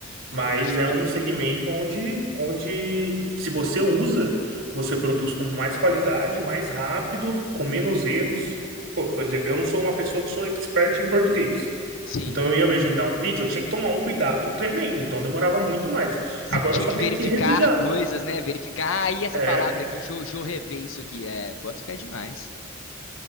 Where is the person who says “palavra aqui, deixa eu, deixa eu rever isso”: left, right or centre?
Left